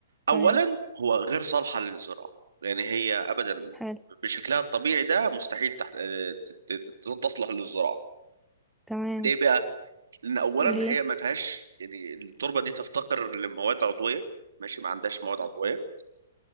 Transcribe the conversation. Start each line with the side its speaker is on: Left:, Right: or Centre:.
Right: اولا
Centre: تمام
Right: هو غير صالحه للزراعه يعني هي ابدا
Centre: حلو
Right: بشكلها الطبيعي ده مستحيل تحت... ت- ت- ت- تصلح للزراعه
Centre: تمام
Right: ليه بقى لان اولا
Centre: ليه
Right: هي ما فيهاش يعني التربه دي تفتقر لمواد عضويه ماشي ما عندهاش مواد عضويه